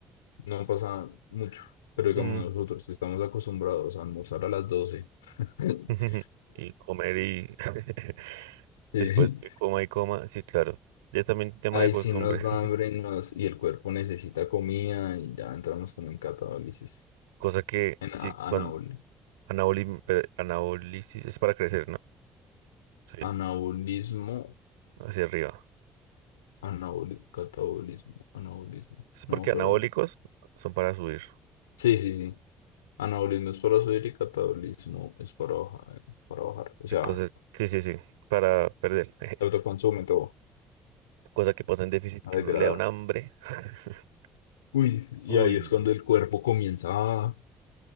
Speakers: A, on the left (about 80°); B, on the right (about 75°).
A: no pasa mucho. Pero digamos
B: Mm,
A: nosotros que estamos acostumbrados a almorzar a las doce <laughs>
B: <laughs> Y comer y <laughs>
A: sí,
B: después que coma y coma, sí, claro. Ya es también tema
A: ahí
B: de costumbre.
A: sí nos
B: <laughs>
A: da hambre y nos, y el cuerpo necesita comida y ya entramos como en catabolisis,
B: Cosa que
A: en
B: sí,
A: a-
B: cuando
A: anabol-
B: anabólico anabólisis es para crecer, ¿no? Sí,
A: anabolismo
B: hacia arriba.
A: Anaboli- catabolismo, anabolismo,
B: Sí, porque
A: no me acuerdo.
B: anabólicos son para subir.
A: Sí, sí, sí. Anabolismo es para subir y catabolismo es para bajar, para bajar. O
B: Sí,
A: sea,
B: cosa, sí, sí, sí, para perder. <laughs>
A: se autoconsume todo,
B: Cosa que pasa en déficit
A: a
B: que
A: degradar.
B: uno le da un hambre. <laughs>
A: Uy, y
B: Uy,
A: ahí es cuando el cuerpo comienza a-